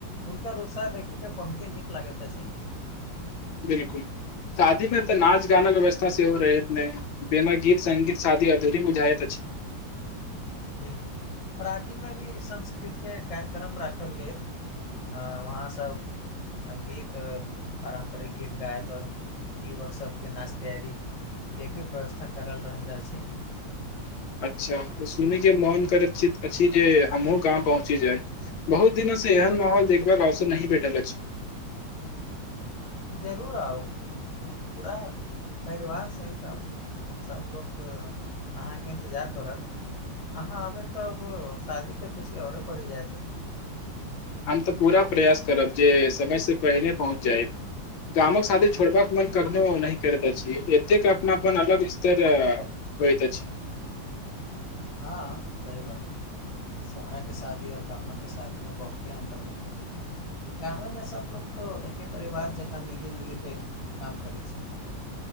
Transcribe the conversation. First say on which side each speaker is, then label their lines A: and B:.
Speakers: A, on the left; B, on the left.
A: हुनकर उत्साह देखैके बहुते नीक लागैत अछि
B: बिलकुल शादी में तऽ नाच गानाे व्यवस्था सेहो रहै एतने बिना गीत संगीत शादी अधूरी बुझायत अछि
A: बिलकुल रातिमे भी संस्कृतिकके कार्यक्रम राखल गेल आ वहाँसभ आ गीत पारम्परिक गीत गायैत आओर युवकसभके नाच तैयारी के भी व्यवस्था करल रहल छै
B: अच्छा सुनै के मोन करय अछि जे हमहुँ गाँव पहुँची जाय बहुत दिनो से एहन माहौल देखबाक अवसर नहि भेटल अछि
A: जरूर आउ पूरा परिवार सहित आबू सभ लोक अहाँके इन्तजार करत हाँ अभे त शादी के खुशी ओरो बढ़ी जायत
B: हम तऽ पूरा प्रयास करब जे समयसँ पहिने पहुँच जायब गामक शादी छोड़बाक मन कखनो नहि कर तऽ अछि एतेक अपनापन अलग स्तर होइत अछि
A: हँ सही बात शहरा के शादी आओर गामके शादीमे बहुते अन्तर होइत अछि गामे सभ लोकोग तऽ एके परिवार जकाँ मिलि जुलिके काम करै छथिन